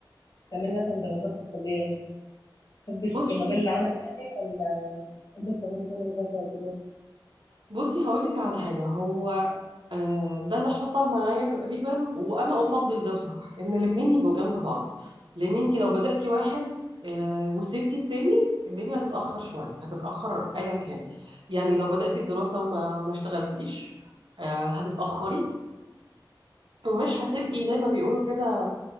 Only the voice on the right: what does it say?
بصي
بصي هقولك على حاجة هو آه، ده اللي حصل معايا تقريبا وأنا أفضل ده بصراحة إن الاتنين يبقوا جنب بعض لأن انتي لو بدأتي واحد آه، وسبتي التاني الدنيا هتتأخر شوية هتتأخر أيا كان يعني لو بدأتي الدراسة وما ما اشتغلتيش آه، هتتأخري ومش هتبقي زي ما بيقولوا كده